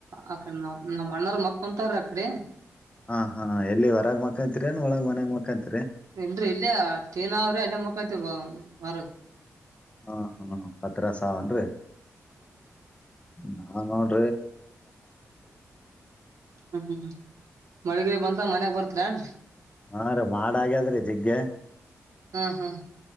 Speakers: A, on the right; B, on the left.
A: ಅಡೆ ನವು ನ ಮ್ಣಾರ ಮಕ್ಕ ಕುಂತಾರ ಅಕಡೆ
B: ಹಾ ಹಾ ಎಲ್ಲಿ ಹೊರಗ ಮಕ್ಕಂತಿರಿ ಅನ್ ಒಳಗ್ ಮನ್ಯಾಗ ಮಕಂತಿರಿ
A: ಏನ್ೀ ಇಲ್ಲೇ ಟೀನ ಅವ್ರಿ ಅಲ್ಲ ಮಕ್ಕಂತ ಮರ
B: ಹ್ಮ ಹ್ಮ್ ಹತ್ರಸಾವನ್ರರಿ ನಾ ನೋಡ
A: ಹ್ಮ್ಮ ಮಳಗ ಬಂತ ಮನ್ಯಾಗ ಬರ್ತ ಕಂಡ <inaudible>
B: ಹಾ ರೀ ಮಾಡಾ ಹಾಗ್ಯದ್ರೀ ಜಿಗ್ಗಗೆ
A: ಹ್ಮ್ ಹ್ಮ್